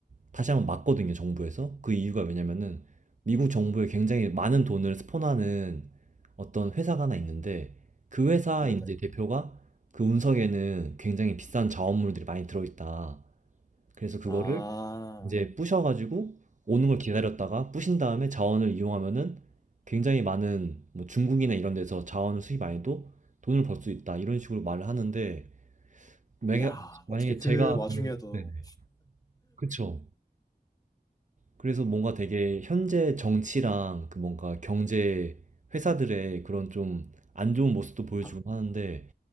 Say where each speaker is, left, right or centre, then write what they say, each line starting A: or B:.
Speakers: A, on the right; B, on the left.
A: 다시 한번 맞거든요, 정부에서. 그 이유가 왜냐면은 미국 정부에 굉장히 많은 돈을 스폰하는 어떤 회사가 하나 있는데 그 회사
B: 네,
A: 이제
B: 네.
A: 대표가 그 운석에는 굉장히 비싼 자원물들이 많이 들어있다. 그래서 그거를
B: 아,
A: 이제 부셔가지고 오는 걸 기다렸다가 부신 다음에 자원을 이용하면은 굉장히 많은 뭐 중국이나 이런 데서 자원을 수입 안 해도 돈을 벌 수 있다. 이런 식으로 말을 하는데 만약-
B: 야
A: 만약에
B: 어떻게 그
A: 제가
B: 와중에도
A: 그 네네. 그쵸. 그래서 뭔가 되게 현재 정치랑 그 뭔가 경제 회사들의 그런 좀 안 좋은 모습도 보여주곤
B: 아,
A: 하는데